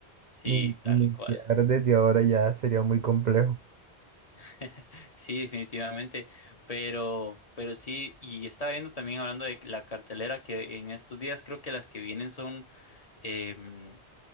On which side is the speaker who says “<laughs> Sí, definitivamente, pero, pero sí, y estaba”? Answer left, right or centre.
Left